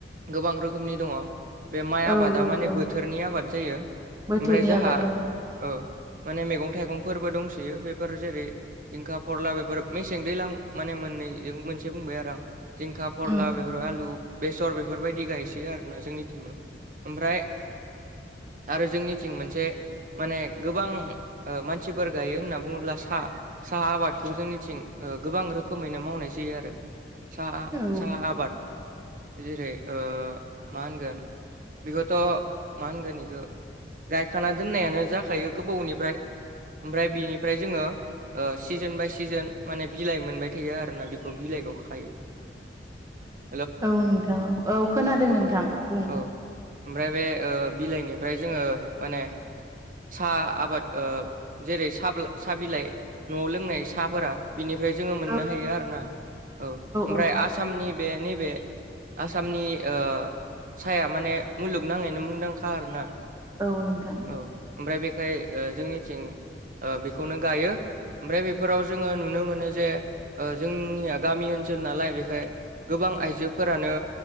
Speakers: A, on the right; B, on the right.
A: गोबां रोखोमनि दङ बे माइ
B: औ
A: आबादा
B: औ
A: माने
B: दं
A: बोथोरनि आबाद जायो
B: बोथोरनि
A: ओमफ्राय जोहा
B: आबाद औ
A: ओ माने मैगं थाइगंफोरबो दंसोयो बेफोर जेरै जिंखा फरला बेफोर मेसें दैलां माने मोननैजों मोनसे बुंबाय आरो आं जिंखा
B: उम
A: फोरला बेफोर आलु बेसर बेफोरबायदि गायसै आरोना जोंनिथिंबो ओमफ्राय आरो जोंनिथिं मोनसे माने गोबां ओ मानसिफोर गायो होनना बुङोब्ला सा साहा आबादखौ जोंनिथिं ओ गोबां रोखोमैनो मावनाय जायो आरो साहा
B: औ
A: साहा आबाद जेरै ओ मा होनगोन बेखौथ' मा होनगोन इखो गायखाना दोननायानो जाखायो गोबावनिफ्राय ओमफ्राय बिनिफ्राय जोङो ओ सिजोन बाय सिजोन माने बिलाइ मोनबाय थायो आरोना बेखौ बिलाइखौ खायो <inaudible>
B: औ नोंथां औ औ खोनादों नोंथां बुं
A: औ ओमफ्राय बे ओ बिलाइनिफ्राय जोङो माने साहा आबाद ओ जेरै साहा बिलाइ न'आव लोंनाय साहाफोरा बिनिफ्राय जोङो मोननो
B: औ
A: हायो आरो ना औ ओमफ्राय
B: औ
A: आसामनि बे नैबे आसामनि ओ साया माने मुलुगनाङैनो मुंदांखा आरो
B: औ नोंथां
A: औ ओमफ्राय बेखाय ओ जोंनिथिं ओ बेखौनो गायो ओमफ्राय बेफोराव जोङो नुनो मोनो जे ओ जोंनिया गामि ओनसोल नालाय बेखाय गोबां आइजोफोरानो